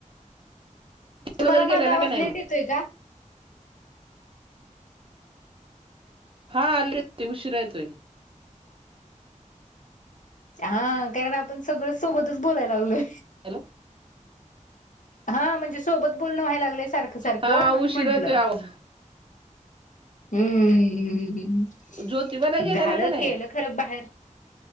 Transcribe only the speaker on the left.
तुम्हाला
माझा आवाज
लेट
येतोय का
हा कारण आपण सगळं सोबतच बोलायला लागलोय
हा म्हणजे सोबत बोलण व्हायला लागले सारख सारख
म्हणून
म्हंटलं
हम्म हम्मम
झालं
केलं खरं बाहेर